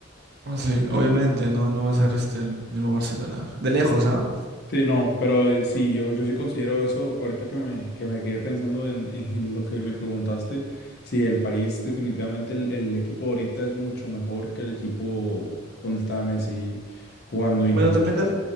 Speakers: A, on the right; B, on the left.
A: Ah, sí, obviamente, no, no va a ser este el mismo Barcelona. De lejos, ¿ah?
B: Sí, no, pero eh, sí, yo, yo sí considero eso, ahorita que me, que me quedé pensando en, en lo que me preguntaste, sí, el París definitivamente, el, el equipo ahorita es mucho mejor que el equipo donde estaba Messi jugando y
A: Bueno,
B: Neymar.
A: también, de-